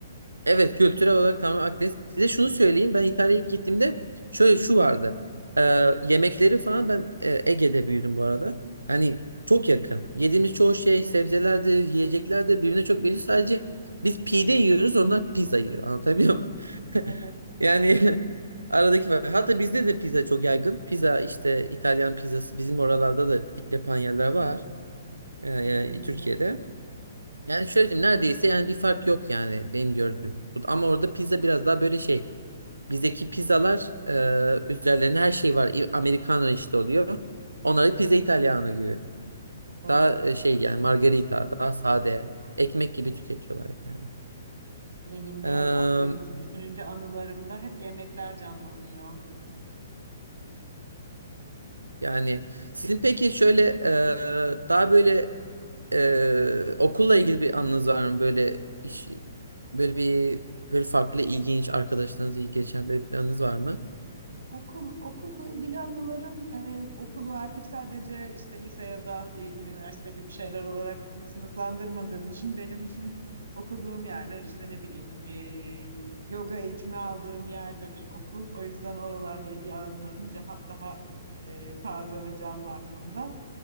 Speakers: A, on the right (about 85°); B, on the right (about 70°).
A: Evet, kültürel olarak tamamen Akdeniz. Size şunu söyleyeyim. Ben İtalya'ya ilk gittiğimde şöyle şu vardı. Ee, yemekleri falan ben e, Ege'de büyüdüm bu arada. Hani çok yakın. Yediğimiz çoğu şey sebzelerdir, yiyeceklerdir. Birbirine çok benziyor. Sadece biz pide yiyoruz, onlar pizza yiyor. Anlatabiliyor muyum?
B: Evet,
A: <laughs> Yani <laughs> aradaki var. Hatta bizde de pizza çok yaygın. Pizza işte İtalyan pizzası bizim oralarda da yapan yerler var. Ee, yani
B: kesinlikle.
A: Türkiye'de. Yani şöyle diyeyim neredeyse yani bir fark yok yani benim gördüğüm. Bu- Ama orada pizza biraz daha böyle şey. Bizdeki pizzalar e, üzerlerine her şey var. İ- Americano işte oluyor. Onları pizza italiano gibi.
B: Evet.
A: Daha e, şey yani margarita daha sade. Ekmek gibi tüketiyorlar yani.
B: Benim
A: Eee,
B: de hep Akdeniz düşününce anılarımda hep yemekler canlanıyor.
A: yani sizin peki şöyle e, daha böyle Ee, okulla ilgili bir anınız var mı? Böyle iş, böyle bir böyle farklı ilginç arkadaşlarınız iyi geçen böyle bir anınız var mı?
B: Okul okulla ilgili anılarım e, okulu artık sadece işte lise ya da e, üniversite gibi şeyler olarak sınıflandırmadığım için benim için okuduğum yerler işte ne bileyim e, yoga eğitimi aldığım yer de bir okul. O yüzden oralarla ilgili anılarım ceha- daha e, taze ve canlı aklımda.